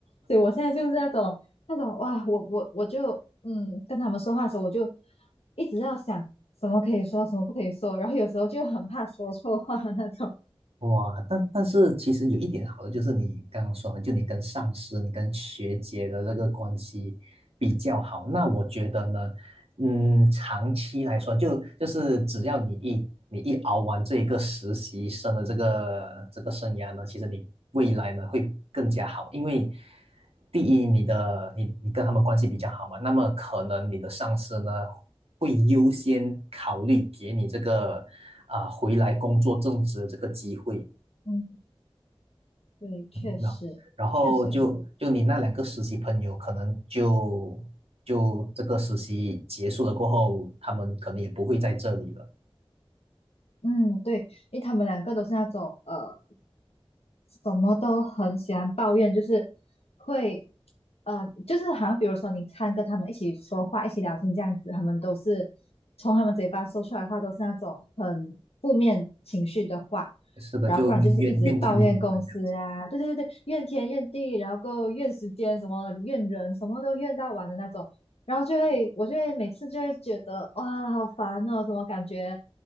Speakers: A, on the left (about 85°); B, on the right (about 85°).
A: 所以我现在就是那种那种哇，我我我就嗯跟他们说话的时候，我就一直要想什么可以说，什么不可以说，然后有时候就很怕说错话那种。
B: 哇，但但是其实有一点好的就是你刚刚说的，就你跟上司、你跟学姐的这个关系比较好。那我觉得呢，嗯，长期来说，就就是只要你一你一熬完这一个实习生的这个这个生涯呢，其实你未来呢会更加好，因为第一，你的你你跟他们关系比较好嘛，那么可能你的上司呢会优先考虑给你这个啊、呃回来工作正职的这个机会，
A: 嗯，对，确实确实，
B: 那然后就就你那两个实习朋友，可能就就这个实习结束了过后，他们可能也不会在这里了。
A: 嗯，对，因为他们两个都是那种呃。什么都很喜欢抱怨，就是会，呃，就是好像比如说你看跟他们一起说话、一起聊天这样子，他们都是从他们嘴巴说出来的话都是那种很负面情绪的话，
B: 是的，
A: 然后不然就是一直抱怨公司啊，
B: 就怨怨天尤人这样
A: 对对对对，怨天怨地，然后够怨时间，什么怨人，什么都怨到完的那种，然后就会我就会每次就会觉得哇，好烦哦，怎么感觉